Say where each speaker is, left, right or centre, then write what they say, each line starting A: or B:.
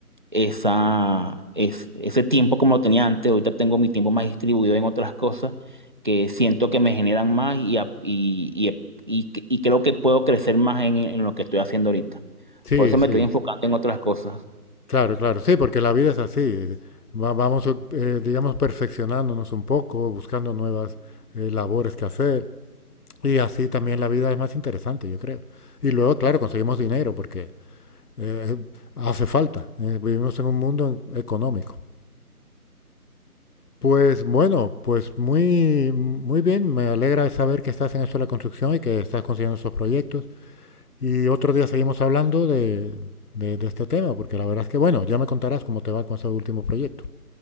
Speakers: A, on the right; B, on the left.
A: esa, es, ese tiempo como lo tenía antes. Ahorita tengo mi tiempo más distribuido en otras cosas que siento que me generan más y, ap- y, y, y, y creo que puedo crecer más en, en lo que estoy haciendo ahorita.
B: Sí,
A: Por eso
B: sí.
A: me estoy enfocando en otras cosas.
B: Claro, claro. Sí, porque la vida es así. Va- vamos, eh, digamos, perfeccionándonos un poco, buscando nuevas eh, labores que hacer. Y así también la vida es más interesante, yo creo. Y luego, claro, conseguimos dinero porque eh, hace falta. eh, vivimos en un mundo económico. Pues bueno, pues muy, muy bien. Me alegra saber que estás en esto de la construcción y que estás consiguiendo esos proyectos. Y otro día seguimos hablando de, de- de este tema, porque la verdad es que, bueno, ya me contarás cómo te va con ese último proyecto.